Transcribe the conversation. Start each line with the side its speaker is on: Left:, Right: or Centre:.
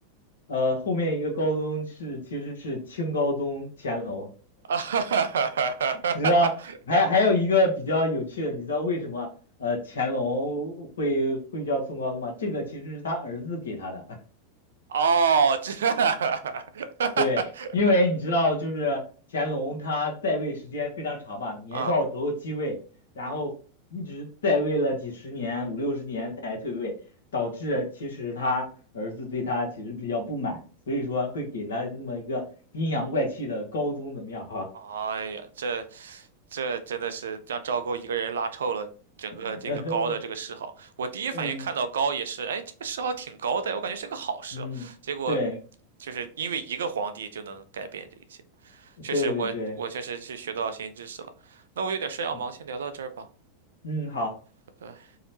Left: 呃，后面一个高宗是其实是清高宗乾隆。
Right: <laughs>
Left: 你知道，还还有一个比较有趣的，你知道为什么呃乾隆会会叫宋高宗吗？这个其实是他儿子给他的，<laughs>
Right: 哦，这，<laughs>
Left: 对，因为你知道，就是乾隆他在位时间非常长吧，年少时候继位，
Right: 嗯。
Left: 然后一直在位了几十年，五六十年才退位，导致其实他儿子对他其实比较不满，所以说会给他那么一个阴阳怪气的高宗的庙哈，
Right: 哎呀，这这真的是让赵构一个人拉臭了整个这个高的这个谥号。
Left: <laughs>
Right: 我第一反应看到高也是，
Left: 嗯
Right: 哎，这个谥号挺高的，我感觉是个好事哦。
Left: 嗯，
Right: 结果
Left: 对
Right: 就是因为一个皇帝就能改变这一切，确实我我确实是学到新知识了。
Left: 对对对。
Right: 那我有点事要忙，
Left: 嗯
Right: 先聊到这儿吧，
Left: 嗯，好。
Right: 拜拜。